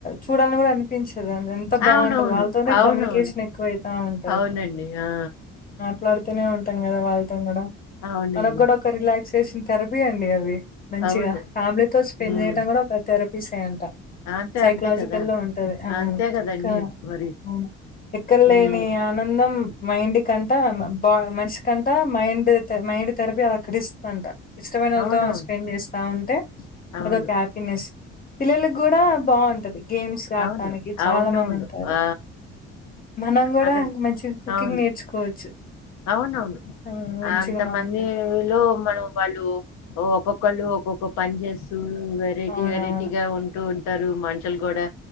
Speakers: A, on the left; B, on the left.
A: చూడాలని కూడా అనిపించ ఎంత బాగుంటది
B: అవునవును
A: వాళ్ళతోనే
B: అవునవును
A: కమ్యూనికేషన్ ఎక్కువైతా ఉంటది
B: అవునండి ఆ
A: నాట్లాడు తోనే ఉంటాం కదా వాళ్ళతో కూడా
B: అవునండి
A: మనకు కూడా ఒక రిలాక్సేషన్ థెరపీ అండి అవి మంచిగా
B: అవును
A: ఫ్యామిలీతో స్పెండ్
B: హ్మ్
A: చేయడం కూడా ఒక థెరపీస్ ఎ అంట
B: అంతే
A: సైకలాజికల్
B: అంతే కదా
A: లో ఉంటది ఆ
B: అంతే కదండి
A: క
B: మరి
A: ఉమ్ ఎక్కడ
B: హ్మ్
A: లేని ఆనందం మైండ్ కంటా బా మనిషి కంటా మైండ్ మైండ్ థెరపీ అక్కడ ఇస్తుందంట ఇష్టమైన వాళ్లతో
B: అవునవును
A: స్పెండ్ చేస్తా ఉంటే
B: అవును
A: అది ఒక్క హ్యాపీనెస్ పిల్లలకి కూడా బాగుంటది గేమ్స్ ఆడటానికి
B: అవును
A: చాలా
B: అవునవును
A: మంది ఉంటారు
B: ఆ
A: మనం కూడా
B: అక్కడికి
A: మంచి కుకింగ్
B: అవును
A: నేర్చుకోవచ్చు
B: అవునవును
A: ఆ! మంచిగా
B: అంత
A: మాట్లాడు
B: మందిలో మనం వాళ్ళు ఒక్కొక్కళ్ళు ఒక్కొక్క పని చేస్తూ వెరైటీ
A: అవునవును.
B: వెరైటీగా ఉంటూ టారు మనుషులు కూడా